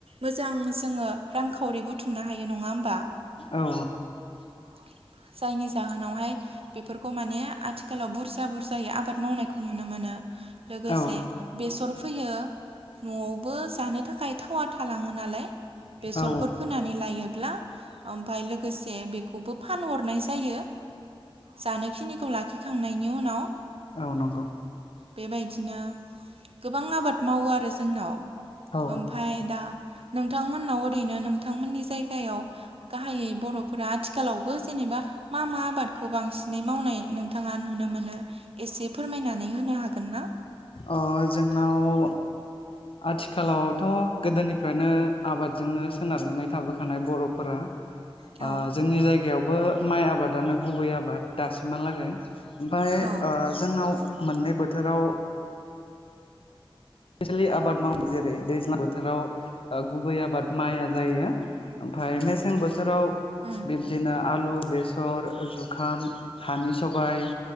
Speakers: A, on the right (about 90°); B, on the left (about 70°).
A: मोजां जोङो रांखावरिबो बुथुमनो हायो नङा होमबा
B: औ
A: <inaudible> जायनि जाहोनावहाय बेफोरखौ माने आथिखालाव बुरजा बुरजायै आबाद मावनायखौ नुनो मोनो लोगोसे
B: औ
A: बेसर फोयो न'वावबो जानो थाखाय थावा थालाङो नालाय बेसर
B: औ
A: फोनानै लायोब्ला ओमफाय लोगोसे बेखौबो फानहरनाय जायो जानोखिनिखौ लाखिखांनायनि उनाव
B: औ नंगौ
A: बेबायदिनो गोबां आबाद मावो आरो जोंनाव
B: औ
A: ओमफाय दा नोंथांमोननाव ओरैनो नों थांमोननि जायगायाव गाहायै बर'फोरा आथिखालावबो जेनेबा मा मा आबादखौ बां सिनै मावनाय नोंथाङा नुनो मोनो एसे फोरमायनानै होनो हागोन ना
B: अह जोंनाव आथिखालावथ' गोदोनिफ्रायनो आबादजोंनो सोनारनानै थाबोखानाय बर'फोरा ओ
A: औ
B: जोंनि जायगायावबो माइ आबादानो गुबै आबाद दासिमहालागै ओमफाय
A: औ
B: ओ जोंनाव मोननै बोथोराव स्पेसेेलि आबाद मावो जेरै दैज्लां बोथोराव गुबै आबाद माइया जायो ओमफाय मेसें बोथोराव
A: उम
B: बिब्दिनो आलु बेसर जुखाम हानि सबाय